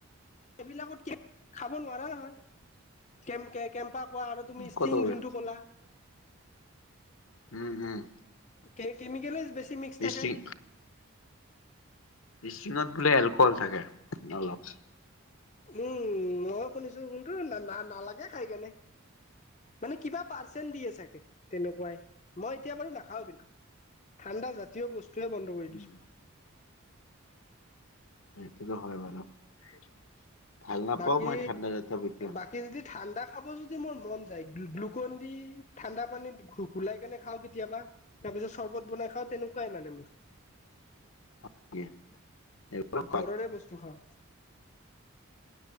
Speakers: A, on the left (about 35°); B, on the left (about 70°).
A: এইবিলাকতকে খাব নোৱাৰা নহয়। কেম কেম কেম্প কেম্পা খোৱা আৰু ইষ্টিং
B: ক'ত হ'ল?
A: যোনটো কলা।
B: উম-উম
A: কে কেমিকেল বেছি। মিক্স থাকে
B: ইষ্টিং ইষ্টিংত বোলে এলক'হল থাকে অলপ।
A: উম ময়ো শুনিছোঁ কোনটো নালাগে খাই কেনে। মানে কিবা পাৰ্চেণ্ট দিয়ে চাগে তেনেকুৱাই। মই এতিয়া বাৰু নাখাওঁ এইবিলাক, ঠাণ্ডা জাতীয় বস্তুৱে বন্ধ কৰি
B: উম,
A: দিছোঁ।
B: সেইটোতো হয় বাৰু। ‌ ভাল নাপাওঁ
A: বাকী
B: মই ঠাণ্ডা জাতীয় বেছি
A: বাকী যদি ঠাণ্ডা খাব যদি মোৰ মন যায় গ্লুকন দি ঠাণ্ডা পানীত ঘূ ঘুলাই কেনে খাওঁ কেতিয়াবা তাৰ পিছত চৰ্বত বনাই খাওঁ তেনেকুৱাই মানে মোৰ।
B: উম <unintelligible>
A: ঘৰৰে বস্তু খাওঁ